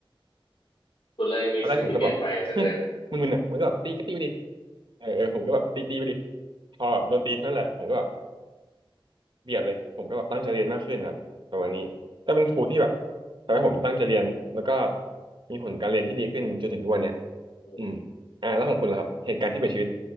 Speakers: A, on the left; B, on the right.
A: คุณเลยมีชีวิตที่เปลี่ยนไปจากเดิม
B: ตอนแรกผมก็แบบ <laughs> มึนๆอ่ะมันก็แบบตีก็ตีไปดิเออเออผมก็แบบตีตีไปดิพอแบบโดนตีเท่านั้นแหละผมก็แบบเบียดเลยผมก็แบบตั้งใจเรียนมากขึ้นครับประมาณนี้ก็เป็นครูที่แบบทำให้ผมตั้งใจเรียนแล้วก็มีผลการเรียนที่ดีขึ้นจนถึงทุกวันเนี่ย
A: อืม
B: อืมอ่าแล้วของคุณล่ะครับเหตุการณ์ที่เปลี่ยนชีวิต